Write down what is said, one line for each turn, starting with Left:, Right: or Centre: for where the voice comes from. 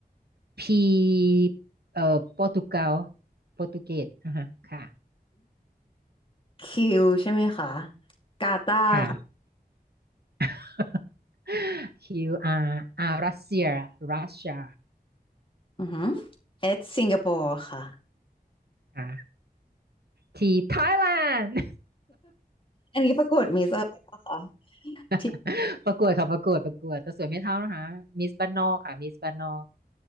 Right: P เอ่อโปรตุเกสโปรตุเกสอ่ะฮะค่ะ
Left: คิวใช่ไหมคะกาตาร์ค่ะ
Right: ค่ะ <laughs> Q R R รัสเซียรัสเซีย
Left: อือหือเอสสิงคโปร์ค่ะ
Right: อ่า T ไทยแลนด์
Left: อันนี้ปรากฏมีเซอร์อะไรปะคะที่
Right: <laughs> ประกวดค่ะประกวดประกวดแต่สวยไม่เท่านะคะมิสบ้านนอกค่ะมิสบ้านนอก